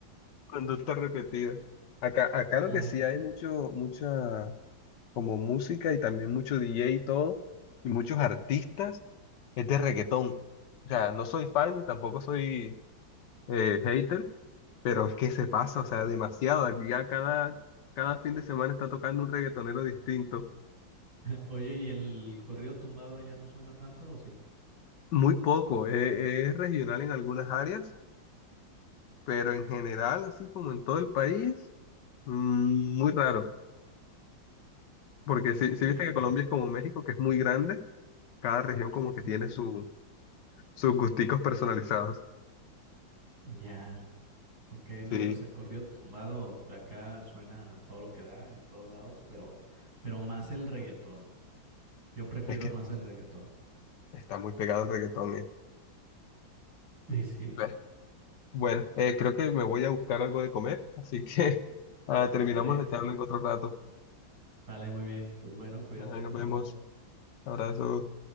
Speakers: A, on the left; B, on the right.
A: conducta repetida. Acá, acá
B: <laughs>
A: lo
B: Ajá.
A: que sí hay mucho, mucha como música y también mucho DJ y todo, y muchos artistas. es de reggaetón. O sea, no soy fan, tampoco soy eh, hater, pero es que se pasa, o sea, demasiado. Aquí ya cada, cada fin de semana está tocando un reggaetonero distinto.
B: Oye, ¿y el corrido tumbado allá no suena tanto o sí?
A: Muy poco, eh, es regional en algunas áreas, pero en general, así como en todo el país, mm, muy raro. Porque si,
B: Ok,
A: si viste que Colombia es como México, que es muy grande, cada región
B: sí,
A: como
B: sí.
A: que tiene su, sus gusticos personalizados.
B: Ya. Ok, no,
A: Sí,
B: pues el corrido tumbado acá suena a todo lo que da en todos lados, pero, pero más el reggaetón. Yo prefiero
A: es que
B: más el reggaetón.
A: está muy pegado el reggaetón,
B: Y sí,
A: eh. Bueno, eh, creo que me voy a buscar algo de comer, así que <laughs> ah, terminamos
B: sale,
A: la charla en otro rato.
B: sale muy bien. Pues bueno, cuídate,
A: Ahí nos
B: un abrazo.
A: vemos. Abrazo.